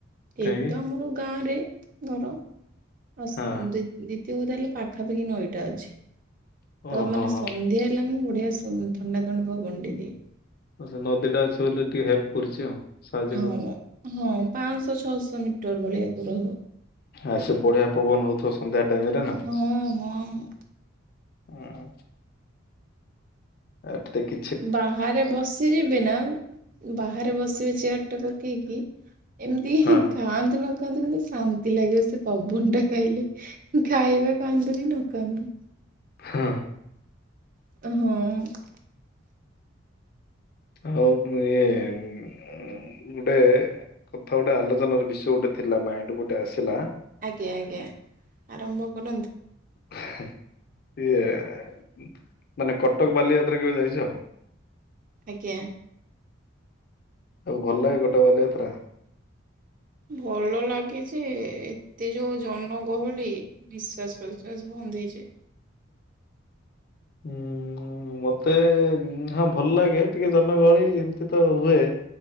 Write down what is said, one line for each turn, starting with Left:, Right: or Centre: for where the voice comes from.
Right: ଏକ
Left: କାହିଁକି
Right: ତ ଆମର ଗାଁରେ ଘର <unintelligible>
Left: ହଁ
Right: <unintelligible> ତାହେଲେ ପାଖାପାଖି ନଈଟା ଅଛି ତ
Left: ଓହୋ
Right: ମାନେ
Left: ହୋ
Right: ସନ୍ଧ୍ୟା ପିଲା ମାନେ ବଢିଆ ଥଣ୍ଡା ଥଣ୍ଡା ପବନଟେଦିଏ।
Left: ସେ ନଦୀ ଟା ଅଛି ବୋଲି ଟିକେ ହେଲ୍ପ କରୁଚି ଆଉ। ସାହାଯ୍ୟ
Right: ହଁ
Left: କରୁ
Right: ହଁ ପାଞ୍ଚଶହ ଛଅଶହ ମିଟର ଭଳିଆ ଦୂର ହବ।
Left: ଆ ସେ ବଢିଆ ପବନ ହଉଥିବ ସନ୍ଧ୍ୟା ଟାଇମ ରେ ନା।
Right: ହଁ ହଁ
Left: ହୁଁ। ଆଠ ତ କି
Right: ବାହାରେ ବସିଯିବେ ନା ବାହାରେ ବସିବେ ଚେୟାର ଟା ପକେଇକି ଏମିତି
Left: ହଁ
Right: ଖାଆନ୍ତୁନ କନ୍ତୁ କିନ୍ତୁ ଶାନ୍ତି ଲାଗିବ ସେ ପବନ ଟା ଖାଇଲେ ଖାଇବା ଖାଆନ୍ତୁ କି ନ ଖାଆନ୍ତୁ।
Left: ହଁ।
Right: ହଁ
Left: ହଁ ଆଉ ଇଏ <unintelligible> ଉ -ଗୋଟେ କଥା ଗୋଟେ ଆଲୋଚନାର ବିଷୟ ଗୋଟେ ଥିଲା ମାଇଣ୍ଡି ଗୋଟେ ଆସିଲା
Right: ଆଜ୍ଞା ଆଜ୍ଞା ଆରମ୍ଭ କରନ୍ତୁ
Left: ହେଁ ଇଏ ମାନେ କଟକ ବାଲିଯାତ୍ରା କେବେ ଯାଇଛ?
Right: ଆଜ୍ଞା
Left: ଆଉ ଭଲେ ଲାଗେ ଗୋଟେ ଗଲେ ଏଥାରା
Right: ଭଲ ଲାଗେଜେ ଏତେ ଯୋଉ ଜନଗହଳି ନିଶ୍ଵାସ ପ୍ରଶ୍ୱାସ ବନ୍ଦ ହେଇଯାଏ
Left: ହୁଁ ମତେ ଉ -ହଁ ଭଲ ଲାଗେ ଟିକେ ଜନଗହଳି ଏମିତି ତ ହୁଏ